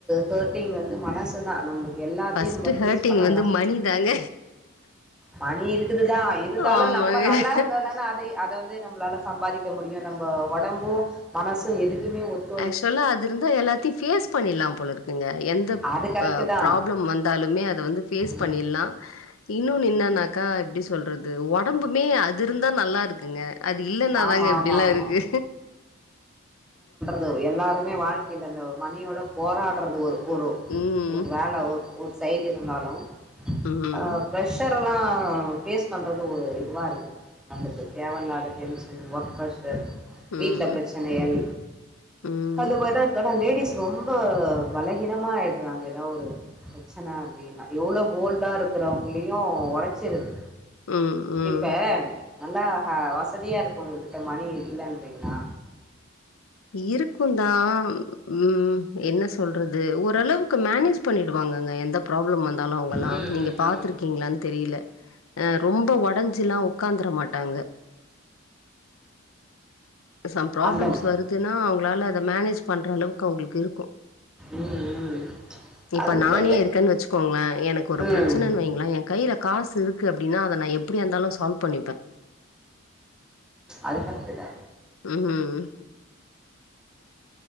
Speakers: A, in the centre; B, on the left.
A: ஹர்ட்டிங் வந்து மனசு தா நம்ளுக்கு எல்லாத்தையு
B: ஃபஸ்ட்டு
A: நம்ம ஃபேஸ்
B: ஹேர்ட்டிங்
A: பண்ணலா
B: வந்து மணி தாங்க
A: மணி இருக்குதுதா இருந்தாலு
B: ஆமாங்க
A: நம்ம நல்லா இருந்தா தான அத அ அத வந்து நம்மளால சம்பாதிக்க முடியு நம்ம ஒடம்பு மனசு எதுக்குமே ஒத்
B: அக்சுவலா அது இருந்தா எல்லாத்தையு பேஸ் பண்ணிலாம் போல இருக்குங்க எந்த
A: அது கரெக்டு
B: ப
A: தான்
B: ப்ராப்ளம் வந் தாலுமே அத வந்து ஃபேஸ்
A: ம்.
B: பண்ணிட்லா இன்னோன்னு
A: ம்.
B: என்னானாக்கா எப்டி சொல்றது ஒடம்புமே அது இருந்தா நல்லா இருக்குங்க அது இல்லன்னாதாங்க
A: ஆமா
B: இப்டிலா
A: ஆமா ஆமா
B: இருக்கு
A: தோ எல்லாருமே வாழ்க்கைல அந்த மணியோட போராட்றது ஒரு ஒரு
B: ம்.
A: ஒரு வேல ஒரு ஒரு சைடு இருந்தாலு
B: ம்.
A: ஆ பிரஷ் ஷரெல்லா ஃபேஸ் பண்றது ஒரு இதுவா இருக்குது நம்ளுக்கு தேவல்லாத டென்ஷன் ஒர்க் பிரஷர்
B: ம்.
A: வீட்ல பிரச்சனைகள்
B: ம்.
A: அந்த மாரிதா இருக்கு ஆனா லேடிஸ் ரொம்ப பலகீனமா ஆய்ட்றாங்க எதா ஒரு பிரச்சன அப்டின்னா எவ்ளோ போல்டா இருக்கிறவங்களையு ஒடச்சிருது
B: ம். ம்.
A: இப்ப நல்லா ஹா வசதியா இருக்கவங்ககிட்ட மணி இல்லன்றீங்ளா
B: இருக்கு தா ம் என்ன சொல்றது ஓரளவுக்கு மனேஜ் பண்ணிடுவாங்கங்க எந்த ப்ராப்ளம் வந்தாலு அவங்கல்லா
A: ம் ம்
B: நீங்க பாத்துரு
A: ம்
B: க்கீங்களான்னு தெரியில ஆ ரொம்ப ஒடஞ்சில்லா உக்காந்துர மாட்டாங்க சம் ப்ராப்ளம்ஸ்
A: அந்த ம்
B: வருதுன்னா அவங்களால அத மேனேஜ் பண்ற அளவுக்கு அவங்களுக்கு இருக்கு
A: ம்
B: இப்ப
A: அதுவும்
B: நானே
A: தெர்ல
B: இருக்கன் வச்சுக்கோங்களே எனக்கு ஒரு
A: ம்
B: பிரச்சனைன்னு வைங்களே கையில காசு இருக்கு அப்டின்னா அத நா எப்டியா இருந்தாலு சால்வ் பண்ணிப்பே
A: அதுக்கடுத்துதா
B: ம்